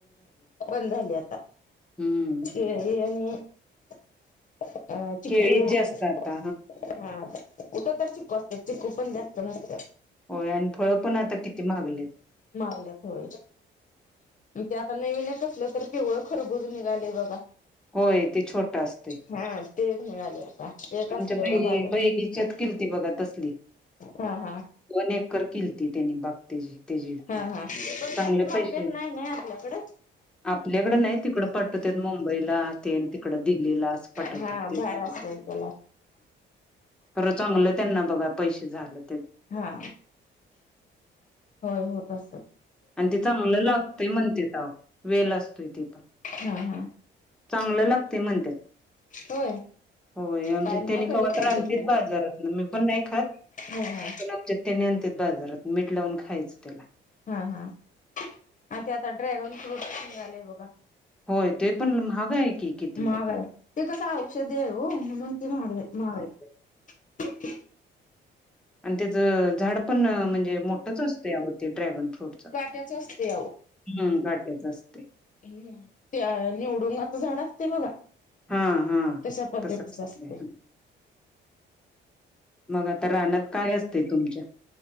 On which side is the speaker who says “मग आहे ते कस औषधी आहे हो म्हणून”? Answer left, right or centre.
Left